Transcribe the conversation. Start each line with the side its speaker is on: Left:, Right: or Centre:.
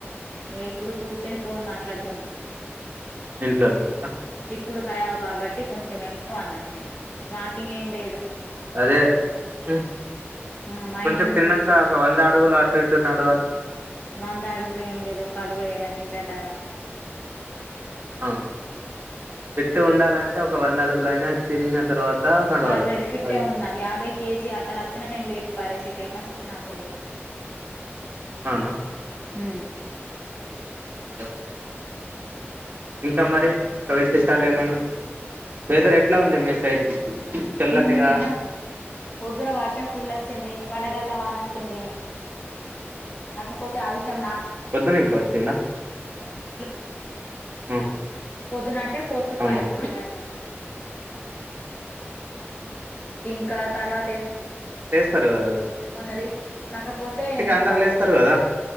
Right: ఉమ్.
Left: ఇప్పుడు కూర్చొని ఫోన్ మాట్లాడుతున్నా
Right: ఇంట్లోనే ఉన్నార
Left: కుడకావ్ కాబట్టి కొంచెం ఎక్కువ అన్నం తిన్నా వాకింగ్ ఏం లేదు
Right: అదే ఉమ్,
Left: ఆ మా
Right: కొంచెం
Left: ఇంటి ముందు
Right: తిన్నాక
Left: కూర్చొని ఉన్న
Right: ఒక వంద అడుగులు అటు ఇటు నడవాలి
Left: వంద అడుగులు ఏం లేదు ఒక్క అడుగులు వేయడానికి చేత్ <unintelligible>
Right: అవునా విట్టు ఉండాలంటే ఒక వంద అడుగులు అయినా తిన్న తర్వాత నడవాలంట
Left: పర్లేదు ఫిట్టే
Right: అది
Left: ఉన్నాం యాభై కేజీ అతను వచ్చినా నేను లేకు పరేసే కెపాసిటీ నాకుంది
Right: అవున
Left: మ్
Right: ఓకే ఒకే ఇంకా మరి కా విశేషాలు ఏమన్నా వెదర్ ఎట్లా ఉంది మీ సైడ్ చల్లటిగా
Left: ఉన్నినా పొద్దున్న వర్షం ఫుల్ వచ్చింది వడగల్ల వానోచ్చింది కాకపోతే ఆ విషయం నాక్
Right: వొద్దున ఇంకా వచ్చిందా
Left: లో
Right: ఉమ్,
Left: పొదునాట అంటే ఫోర్ టు
Right: అవునవును
Left: ఫైవ్ ఆ టైమ్లో ఇంకా తర్వాత ఏం
Right: సరే అదేగా
Left: ఉన్నది. కాకపోతే నేను
Right: అందరు
Left: పడ్
Right: లేస్తారు కదా